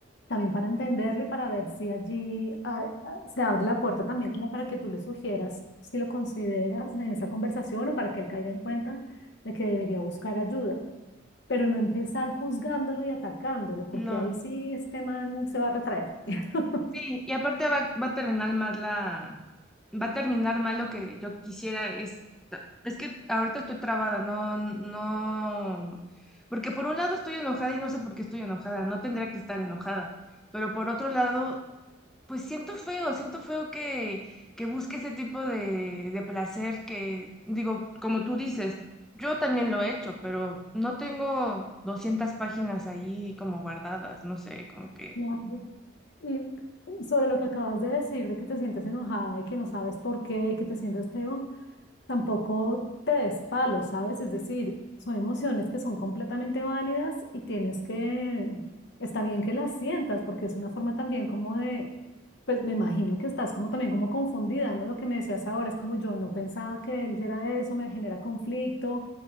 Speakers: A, on the left; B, in the centre.
A: también para entenderlo y para ver si allí ah, ah, se abre la puerta también como para que tú le sugieras si lo consideras en esa conversación o para que él caiga en cuenta de que debería buscar ayuda, pero no empezar juzgándolo y atacándolo, porque
B: no.
A: ahí sí este man se va a retraer. <laughs>
B: Sí, y aparte va, va a terminar mal la, va a terminar mal lo que yo quisiera es, es que ahorita estoy trabada, no, no, porque por un lado estoy enojada y no sé por qué estoy enojada, no tendría que estar enojada, pero por otro lado, pues siento feo, siento feo que, que busque ese tipo de, de placer que, digo, como tú dices, yo también lo he hecho, pero no tengo 200 páginas ahí como guardadas, no sé, como que...
A: Claro. Y sobre lo que acabas de decir, de que te sientes enojada y que no sabes por qué y que te sientes feo, tampoco te des palo, ¿sabes? Es decir, son emociones que son completamente válidas y tienes que, está bien que las sientas porque es una forma también como de, pues me imagino que estás como también como confundida, ¿no? Lo que me decías ahora es como yo no pensaba que él hiciera eso, me genera conflicto,